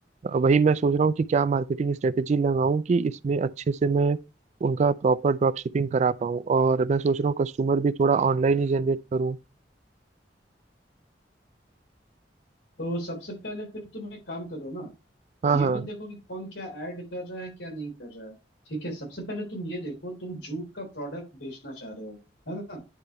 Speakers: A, on the right; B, on the left.
A: अ, वही मैं सोच रहा हूँ कि क्या मार्केटिंग स्ट्रेटेजी लगाऊं कि इसमें अच्छे से मैं उनका प्रॉपर ड्रॉप शिपिंग करा पाऊँ और मैं सोच रहा हूँ कस्टमर भी थोड़ा ऑनलाइन ही जनरेट करूँ
B: तो सबसे पहले फिर तुम एक काम करो ना
A: हाँ
B: ये
A: हाँ
B: मत देखो कि कौन क्या ऐड कर रहा है क्या नहीं कर रहा है ठीक है सबसे पहले तुम ये देखो तुम जूट का प्रोडक्ट बेचना चाह रहे हो है ना